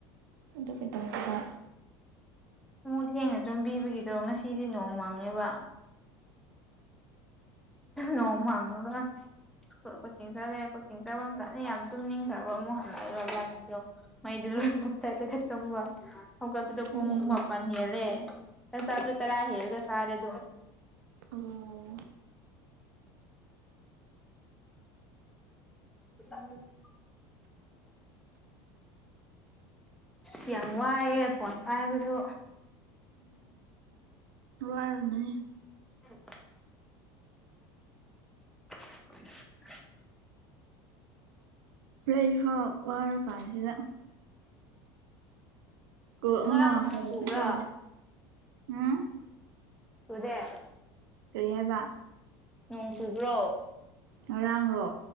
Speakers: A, on the right (about 85°); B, in the centre.
A: ꯑꯗꯨ ꯀꯩꯗꯧꯔꯒꯦꯕꯥ
B: ꯃꯨ ꯊꯦꯡꯅ ꯑꯗꯨꯨꯝꯕꯤꯕꯒꯤꯗꯣ ꯉꯁꯤꯗꯤ ꯅꯣꯡ ꯃꯪꯉꯦꯕ ꯍꯃꯥꯡꯉ ꯀꯣꯆꯤꯡ ꯆꯠꯂꯦ ꯀꯣꯆꯤꯡ ꯆꯠꯄ ꯃꯇꯝꯅ ꯌꯥꯝ ꯇꯨꯝꯅꯤꯡꯈ꯭ꯔꯕ ꯑꯃꯨꯛ ꯍꯜꯂꯛꯑꯦꯕ ꯂꯥꯏꯟꯗꯣ ꯃꯩꯗꯣ ꯂꯣꯏ ꯃꯨꯠꯊꯠꯂꯒ ꯇꯨꯝꯝꯕ ꯍꯧꯒꯠꯄꯗꯣ ꯄꯨꯡ
A: ꯂꯣꯛꯑꯦ
B: ꯃꯥꯄꯜ ꯍꯦꯜꯂꯦ ꯆꯪꯁꯥꯕꯗ ꯇꯔꯥ ꯍꯦꯜꯂꯒ ꯆꯔꯦ ꯑꯗꯨꯝ
A: ꯑꯣ
B: <inaudible> ꯎꯝ <inaudible> ꯑ ꯌꯥꯝ ꯋꯥꯏꯑꯦ ꯐꯣꯟ ꯄꯥꯏꯕꯁꯨ
A: ꯂꯔ ꯑꯃꯅꯤꯅꯤ
B: ꯎꯝ <inaudible>
A: ꯂꯩꯕ ꯋꯥꯔ ꯀꯥꯟꯁꯤꯗ ꯁ꯭ꯀꯨꯜ
B: ꯉꯔꯥꯡ
A: ꯑꯃ ꯍꯜꯂꯛꯄꯗꯣ
B: ꯅ ꯁꯨꯕ꯭ꯔꯣ
A: ꯎꯝ
B: ꯁꯨꯗꯦ
A: ꯀꯔꯤ ꯍꯥꯏꯕ
B: ꯅꯣꯡ ꯆꯨꯕ꯭ꯔꯣ
A: ꯉꯔꯥꯡꯔꯣ